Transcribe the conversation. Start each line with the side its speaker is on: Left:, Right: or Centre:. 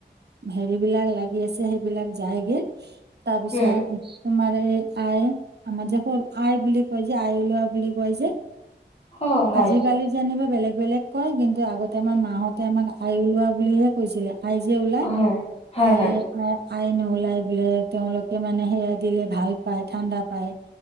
Right: হেৰি বিলাক লাগি আছে সেইবিলাক যায়গে তাৰপিছত
Left: উম
Right: তোমাৰ এই আই আমাৰ যে সৰু আই বুলি কয় যে আই ওলোৱা বুলি কয় যে
Left: অ হয়
Right: আজিকালি যোনিবা বেলেগ এই বেলেগ কয় কিন্তু আগতে আমাৰ মাহঁতে আমাক আই ওলোৱা বুলিহে কৈছিলে, আহাই যে ওলাই
Left: হয় হয়
Right: এ
Left: হয়
Right: আই নওলাই বোলে তেওঁলোকে মানে সেয়া দিলে ভাল পায় ঠাণ্ডা পায়,